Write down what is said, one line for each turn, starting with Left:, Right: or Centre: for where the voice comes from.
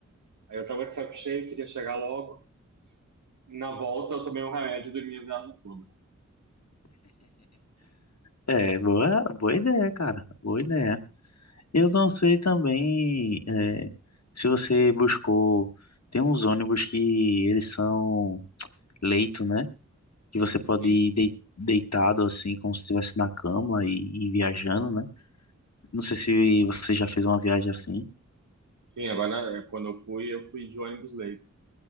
Right: Aí eu tava de saco cheio, queria chegar logo. Na volta, eu tomei um remédio e dormi a viagem toda.
Left: É, boa, boa ideia, cara. Boa ideia. Eu não sei também eh, se você buscou. Tem uns ônibus que eles são leito, né? Que você pode
Right: Sim,
Left: ir dei- deitado assim, como se estivesse na cama e, e viajando, né? Não sei se você já fez uma viagem assim.
Right: sim, agora é, quando eu fui, eu fui de ônibus leito.